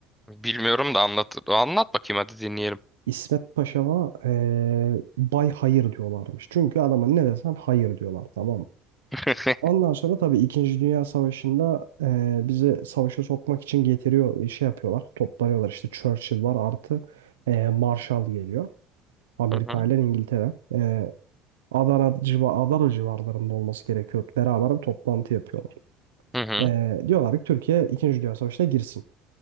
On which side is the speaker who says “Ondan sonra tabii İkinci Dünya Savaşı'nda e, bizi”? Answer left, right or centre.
Right